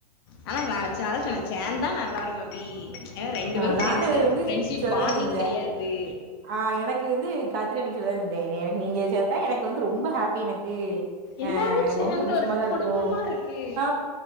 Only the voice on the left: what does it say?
ஆனா நா வச்சு அதா சொன்னே சேந்தா நல்லா இருக்கு அபி ஏன்னா ரெண்டு
பேரு
ஃப்ரெண்ட்ஸு
ஃப்ரெண்ட்ஷிப்
பாண்டிங்
தெரியாது
எல்லாருமே
சேர்ந்து
ஒரு
குடும்பமா இருக்கு